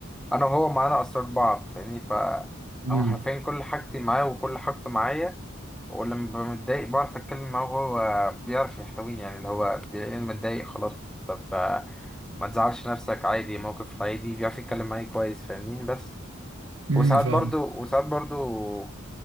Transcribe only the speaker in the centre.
أنا وهو معانا أسرار بعض فاهمني ف
هو حرفيا كل حاجتي معاه وكل حاجته معايا ولما ببقى متضايق بعرف أتكلم معاه وهو بيعرف يحتويني يعني اللي هو بيلاقيني متضايق خلاص طب آه، ما تزعلش نفسك عادي موقف عادي بيعرف يتكلم معايا كويس فاهمني بس
وساعات
برضو وساعات برضو